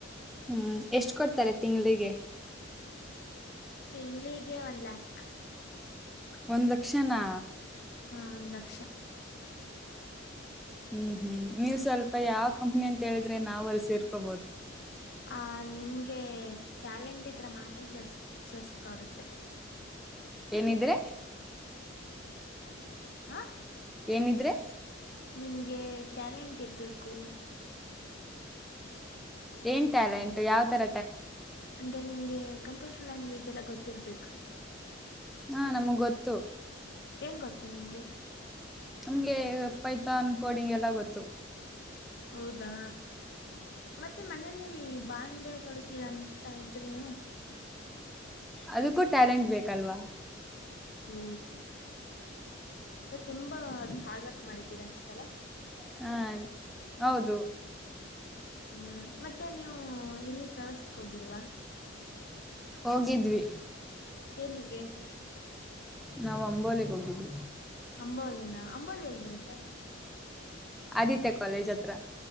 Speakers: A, in the centre; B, on the left.
A: ಹು ಹೂ ಎಷ್ಟು ಕೊಡ್ತಾರೆ ತಿಂಗಳಿಗೆ
B: ತಿಂಗಳಿಗೆ ಒನ್ ಲ್ಯಾಕ್
A: ಒಂದು ಲಕ್ಷನಾ
B: ಹ ಒಂದ್ ಲಕ್ಷ <inaudible>
A: ಹ ಹ ನೀವು ಸ್ವಲ್ಪ ಯಾಕ ಹು ಅಂತ ಹೇಳಿದ್ರೆ ನಾವ್ ಅಲ್ಲಿ ಸೇರ್ಕೋಬಹದು
B: ಆ ನಿಮ್ಗೆ ಟ್ಯಾಲೆಂಟ್ ಇದ್ರೆ ಮಾತ್ರ ಸಸ್ ಸಸ್ಕಾಗುತ್ತೆ
A: ಏನಿದ್ರೆ
B: ಹ್ಹ
A: ಏನಿದ್ರೆ
B: ನಿಂಗೆ ಟ್ಯಾಲೆಂಟ್ ಇರ್ಬೇಕು
A: ಏನ್ ಟ್ಯಾಲೆಂಟು ಯಾವ ತರ
B: ಅಂದ್ರೆ ನಿಮ್ಗೆ ಕಂ ಕಂಪ್ಯೂಟರ್ ಲ್ಯಾಂಗ್ವೇಜ್ ಎಲ್ಲ ಗೊತ್ತಿರ್ಬೇಕು
A: ಹಾ ನಮಗ್ ಗೊತ್ತು
B: ಏನ್ ಗೊತ್ತು ನಿಮ್ಗೆ
A: ನಮ್ಗೆ ಪೈತಾನ್ ಕೋಡಿಂಗ ಎಲ್ಲಾ ಗೊತ್ತು
B: ಹೌದಾ ಮತ್ತೆ ಮನಲಿ ಬಾಂಡೆ ತೊಳಿತೀರಾ ಅಂತ ಹೇಳಿತ್ರಿ ನೀವು
A: ಅದಕ್ಕೂ ಟ್ಯಾಲೆಂಟ್ ಬೇಕಲ್ವಾ
B: ಹೋ ಅ ತುಂಬಾ ಅದಕ್ ಹಾರ್ಡ್ ವರ್ಕ್ ಮಾಡಿದ್ದೀರ ಅನ್ಸತ್ತಲ್ಲಾ
A: ಹಾ ಹೌದು
B: ಹೌದಾ ಮತ್ತೆ ನೀವು ಎಲ್ಲಿ ಪ್ರವಾಸಕ್ಕೆ ಹೋಗಿಲ್ವಾ
A: ಹೋಗಿದ್ವಿ
B: ಎಲ್ಲಿಗೆ
A: ನಾವು ಅಂಬೋಲಿಗೆ ಹೋಗಿದ್ವಿ
B: ಅಂಬೋಲಿನ ಅಂಬೋಲಿ ಎಲ್ಲಿ ಬರುತ್ತೆ
A: ಆದಿತ್ಯ ಕಾಲೇಜ್ ಹತ್ರ